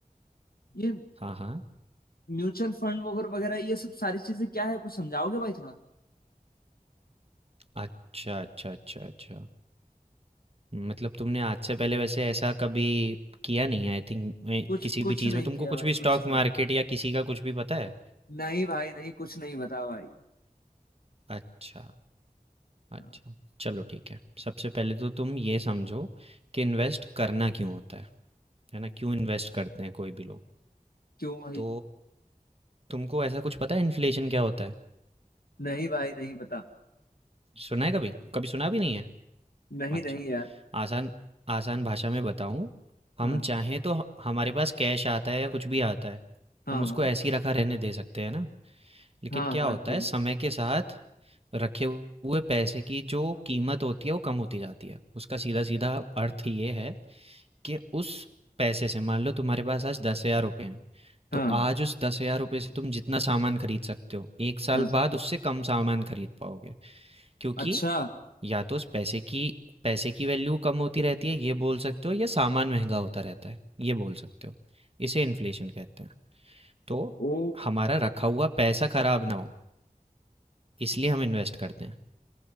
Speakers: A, on the left; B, on the right.
A: ये
B: हाँ हाँ
A: म्यूचुअल फंड वगैरह वगैरह ये सब सारी चीजें क्या है कुछ समझाओगे भाई थोड़ा
B: अच्छा अच्छा अच्छा अच्छा मतलब तुमने आज से पहले वैसे ऐसा कभी किया नहीं है आई थिंक
A: कुछ
B: किसी
A: कुछ
B: भी चीज़
A: नहीं
B: में तुमको
A: किया
B: कुछ
A: भाई
B: भी स्टॉक
A: कुछ नहीं
B: मार्केट या किसी का कुछ भी पता है
A: नहीं भाई नहीं कुछ नहीं बता भाई
B: अच्छा अच्छा
A: हाँ,
B: चलो ठीक है सबसे पहले तो तुम ये समझो कि इन्वेस्ट करना क्यों होता है है ना क्यों इन्वेस्ट करते हैं कोई भी लोग
A: क्यों भाई
B: तो तुमको ऐसा कुछ पता है इन्फ्लेशन क्या होता है
A: नहीं भाई नहीं बता
B: सुना है कभी कभी सुना भी नहीं है
A: नहीं
B: अच्छा
A: नहीं यार
B: आसान आसान भाषा में बताऊं हम
A: हाँ
B: चाहें तो ह- हमारे पास कैश आता है या कुछ भी आता है
A: हाँ
B: हम उसको
A: हाँ
B: ऐसे ही रखा रहने दे सकते हैं ना लेकिन
A: हाँ
B: क्या
A: हाँ
B: होता
A: सही
B: है समय के साथ रखे हुए पैसे की जो कीमत होती है वो कम होती जाती है उसका सीधा सीधा अर्थ ये है कि उस पैसे से मान लो तुम्हारे पास आज दस हजार रुपये हैं
A: हाँ
B: तो आज उस दस हजार रुपये से तुम जितना सामान खरीद सकते हो एक साल
A: हाँ
B: बाद उससे कम सामान खरीद पाओगे क्योंकि
A: अच्छा
B: या तो उस पैसे की पैसे की वैल्यू कम होती रहती है ये बोल सकते हो या सामान महंगा होता रहता है ये बोल सकते हो इसे इन्फ्लेशन कहते हैं तो
A: ओ
B: हमारा रखा हुआ पैसा खराब ना हो इसलिए हम इन्वेस्ट करते हैं